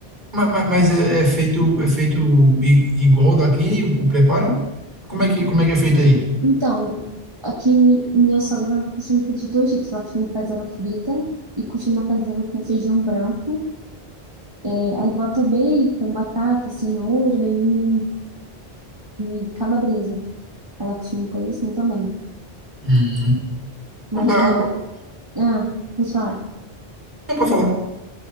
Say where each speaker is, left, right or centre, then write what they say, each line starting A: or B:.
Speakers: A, on the right; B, on the right.
A: ma- ma- Mas, é, é feito é feito i- igual daqui, o preparo? Como é que, como é que é feito aí?
B: Então, aqui mi- minha sogra ela costuma fazer de dois jeitos. Ela costuma fazer ela frita e costuma fazer ela com feijão branco. É, aí bota bacon, batata, cenoura e, e calabresa. Ela costuma fazer assim também.
A: Hum.
B: Mas
A: Não dá
B: eu.
A: água.
B: Ah, vou te falar.
A: Não é pra falar.